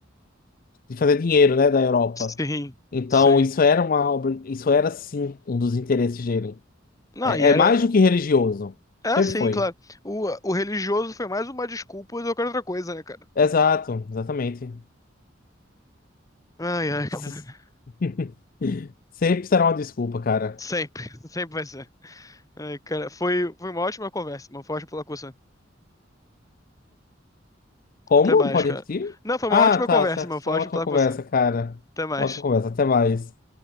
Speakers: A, on the left; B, on the left.
A: de fazer dinheiro, né, da Europa.
B: sim,
A: Então,
B: sim.
A: isso era uma obra, isso era sim um dos interesses dele.
B: Não,
A: É,
B: e era,
A: é mais do que religioso.
B: é
A: Sempre
B: assim,
A: foi.
B: claro. O, o religioso foi mais uma desculpa do que outra coisa, né, cara?
A: Exato, exatamente.
B: Ai, ai, cara.
A: S- <laughs> Sempre será uma desculpa, cara.
B: Sempre, <laughs> sempre vai ser. Ai, cara, foi, foi uma ótima conversa, mano. Foi ótimo falar com você.
A: Como?
B: Até mais,
A: Pode
B: cara.
A: repetir?
B: Não, foi uma
A: Ah,
B: ótima
A: tá,
B: conversa,
A: certo.
B: mano. Foi
A: Foi uma
B: ótimo
A: ótima
B: falar
A: conversa,
B: com você.
A: cara.
B: Até mais.
A: Ótima conversa. Até mais.